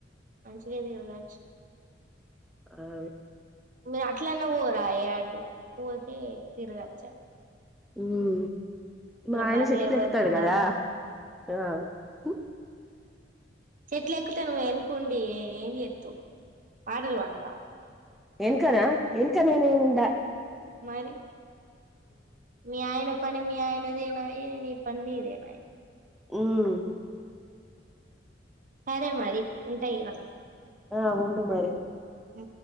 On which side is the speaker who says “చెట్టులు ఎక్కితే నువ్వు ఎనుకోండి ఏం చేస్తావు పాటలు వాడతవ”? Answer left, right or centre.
Right